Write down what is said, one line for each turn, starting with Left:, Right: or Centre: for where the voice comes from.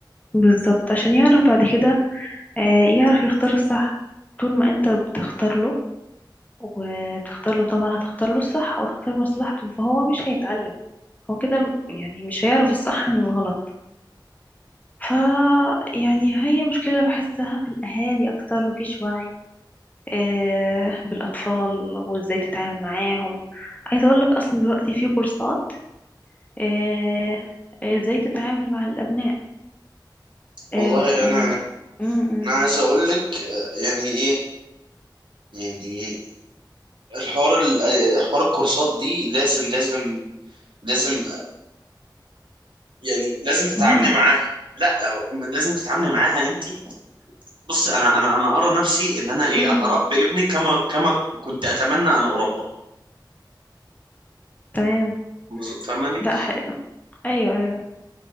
Left: بالظبط عشان يعرف بعد كده آه، يعرف يختار الصح طول ما انت بتختار له وبتختار له طبعا هتختار له الصح وتختار مصلحته فهو مش هيتعلم هو كده م- يعني مش هيعرف الصح من الغلط ف يعني هي مشكلة بحسها في الأهالي أكتر مفيش وعي آه، بالأطفال وإزاي تتعامل معاهم عايزة أقولك أصلا دلوقتي في كورسات آه، آه، ازاي تتعامل مع الابناء
Right: والله
Left: آه، والموضوع
Right: أنا
Left: م- م.
Right: أنا عايز أقول لك آه، يعني إيه يعني الحوار ال- حوار الكورسات دي لازم لازم لازم يعني لازم تتعاملي
Left: مهمة
Right: معاها لا ما لازم تتعاملي معاها انت بص انا انا انا ارى نفسي ان انا ايه
Left: م-
Right: هربي
Left: م.
Right: ابني كما كما كنت اتمنى ان اربى
Left: تمام
Right: بز- فاهماني
Left: لا ح... ايوه ايوه